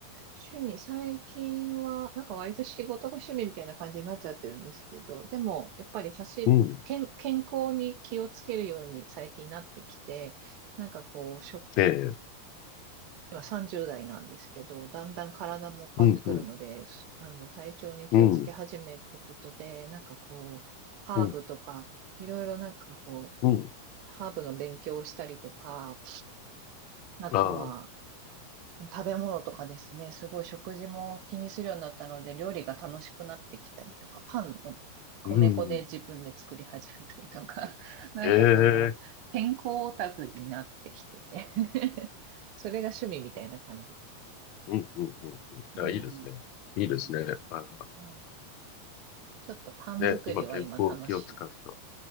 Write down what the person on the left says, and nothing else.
うん。
ええ。
うん、うん、
うん、
うん、
うん。
ああ、
うん。
ええ。
うん、うん、うん。うんあ、
いいですね。いいですね。
ああ、
ね、今、健康器を使う人。